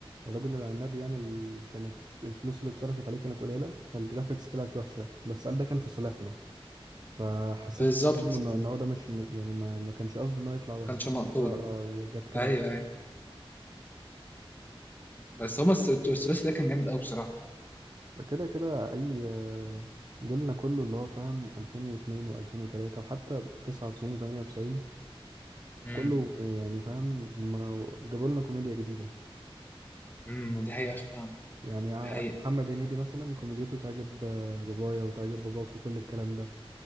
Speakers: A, on the right; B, on the left.
A: الراجل العناب يعني ال... كانت الفلوس اللي اتصرفت عليه كانت قليلة فالجرافيكس طلعت وحشة بس قال ده كان في صالحنا فحسيت
B: بالظبط
A: من كلامه انه إن هو ده مش م- يعني ما, ما كانش قصده انه يطلع وحش
B: ما كانش
A: ده
B: مقصود
A: ده، آه، جت كده
B: ايوه ايوه بس هما الس- الثلاثي ده كان جامد قوي بصراحه
A: كده كده اي آه، جيلنا كله اللي هو فاهم 2002 و2003 وحتى 99 و98
B: امم
A: كله يعني فاهم ما جابوا لنا كوميديا جديدة
B: امم دي حقيقه فعلا
A: يعني ع-
B: دي حقيقه
A: محمد هنيدي مثلا كوميديته تعجب آه، بابايا وتعجب باباك وكل الكلام ده